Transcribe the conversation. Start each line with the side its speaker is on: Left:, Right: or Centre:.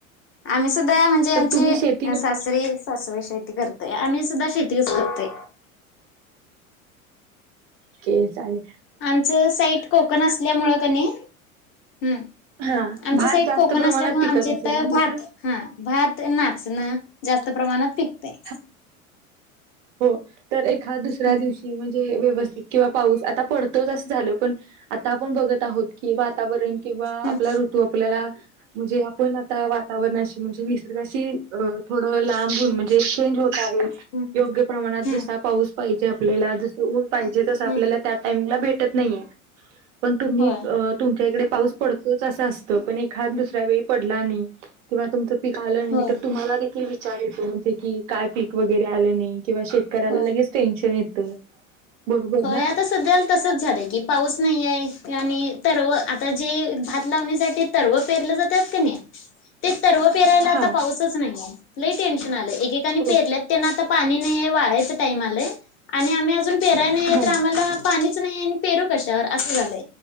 Left: आमही स म्हणजे
Right: तर
Left: आम
Right: तुम्ही शेती कसं
Left: सास सासरी शेती करतय आम्ही सुद्धा श तसकते.
Right: क चाले.
Left: आमचं साईट कोकण असल्यामुळ क नाही ह.
Right: हां,
Left: आमच्या
Right: भात
Left: साईड
Right: जास्त
Left: कोकण
Right: प्रमाणात
Left: असल्यामु
Right: पिकत
Left: आमच्या
Right: असेल
Left: इथ
Right: ना तिथं?
Left: भात हा भात नाचण जास्त प्रमाणात पिकते.
Right: ह. हो तर एखा दुसऱ्या
Left: हम्म
Right: दिवशी म्हणजे व्यवस्थित किंवा पाऊस आता पडतोच असं झालं पण आता आपण बघत आहोत. कि वातावरण किंवा
Left: हम्म
Right: आपला ऋतू आपल्याला म्हणजे आपण वातावरणाशी म्हणजे निसर्गाशी अ थोडं लांबून
Left: हम्म
Right: म्हणजे चेंज होत आहे.
Left: हम्म
Right: योग्य प्रमाणात
Left: हम्म
Right: जसा पाऊस पाहिजे आपल्याला जसं ऊन पाहिजे तसं आपल्याला
Left: हम्म
Right: त्या टाइमला भेट वाटत नाहीये पण तुम्ही
Left: होय
Right: तुमच्या इकडे पाऊस पडतोच असं असत पण एखाद दुसरा्या वेळी पडला नाही किंवा तुमच पीक आलं नाही
Left: होय
Right: तर तुम्हाला देखील विचार येतो म्हणजे की काय पीक वगैरे आलं नाही. किंवा शेतकऱ्याला
Left: होय
Right: लगेच टेन्शन येतं. बरोबर
Left: होय
Right: ना?
Left: आता सध्या तसंच झालंय की पाऊस नाहीये. आणि तरव आता जे भात लावणीसाठी तरव पेरले जातात का नाही ते, सर्व पेरायला आता
Right: हा
Left: पाऊसच नाही लई टेन्शन आलंय एकेकानी
Right: हो
Left: पेरल्यात त्यांना आता पाणी नाहीये वाळायचे टाईम आलये, आणि आम्ही अजून पेराय नाहीये
Right: हा
Left: तर आम्हाला पाणी नाही आणि पेरू कशावर असं झालंय.